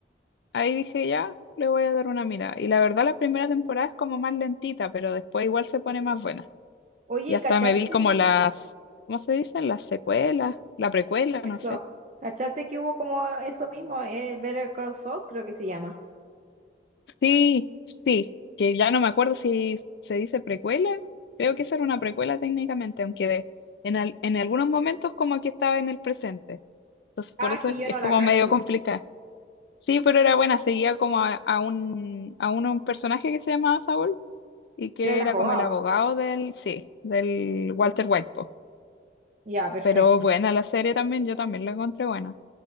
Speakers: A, on the left; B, on the right.
A: ahí dije ya, le voy a dar una mirada. Y la verdad la primera temporada es como más lentita, pero después igual se pone más buena.
B: Oye,
A: Y
B: ¿y
A: hasta
B: cachaste?
A: me vi como las, ¿cómo se dicen? Las secuelas, la precuela, no
B: Eso.
A: sé.
B: ¿Cachaste que hubo como eso mismo? Eh, Better Call Saul, creo que se llama.
A: Sí, sí, que ya no me acuerdo si se dice precuela. Creo que esa era una precuela técnicamente, aunque de- en, al- en algunos momentos como que estaba en el presente. Entonces por
B: Ah,
A: eso
B: es que
A: es
B: yo
A: es
B: no
A: como
B: la cacho.
A: medio complicado. Sí, pero era buena, seguía como a, a un, a un, un personaje que se llamaba Saul y que
B: Era el abogado.
A: era como el abogado del, sí, del Walter White, po.
B: Ya, perfecto.
A: Pero buena la serie también, yo también la encontré buena.